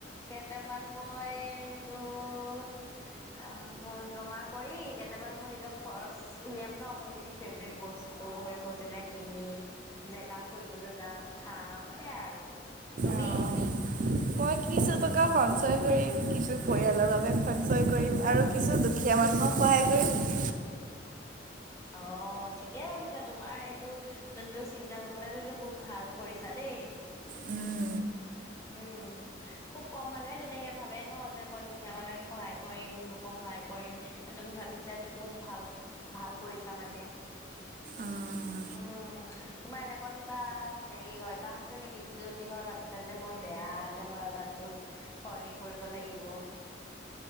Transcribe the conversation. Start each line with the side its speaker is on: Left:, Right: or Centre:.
Left: কেইটামান মই তোৰ- অ ধৰ জমা কৰি কেইটামান মোৰ নিজৰ খৰচ- উলিয়াম ন মই যি যি ফেভেৰেট বস্তু সেই বস্তুবিলাক কিনিম। জেগা ফুৰিবলৈ যাম খাম সেয়াই আৰু, তুমি?
Right: অ'। মই কিছু টকা সঞ্চয় কৰিম কিছু পৰিয়ালৰ বাবে সঞ্চয় কৰিম আৰু কিছু- দুুখীয়া মানুহক সহায় কৰিম।
Left: অ ঠিকেই ভাবিছা তোমাৰ এইটো- যোন তো চিন্তা ভাৱনাটো তো বহুত ভাল কৰিছা দেই।
Right: উম।
Left: উম। খুব কম মানুহে তেনেকে ভাবে ন যে মই দুখীয়া মানুহে সহায় কৰিম লোকক সহায় কৰিম। তুমি ভাবিছা এইটো বহুত ভাল ভাল কৰিছা মানে।
Right: অঁ'
Left: উম। তোমাৰ এনেকুৱা কিবা হেৰি অভ্যাস আছে নেকি যিটো তুমি ধৰ ভাবিছা যে মই বেয়া যে মই- সলনি কৰিব লাগিব।